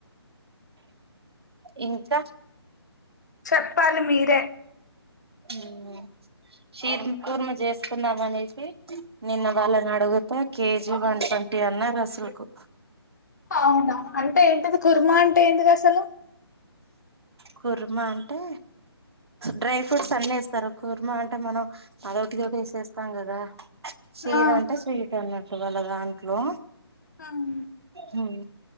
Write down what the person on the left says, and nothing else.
చెప్పాలి మీరే
అవునా అంటే ఏంటది కుర్మ అంటే ఏంటిది అసలు
ఆ
ఉమ్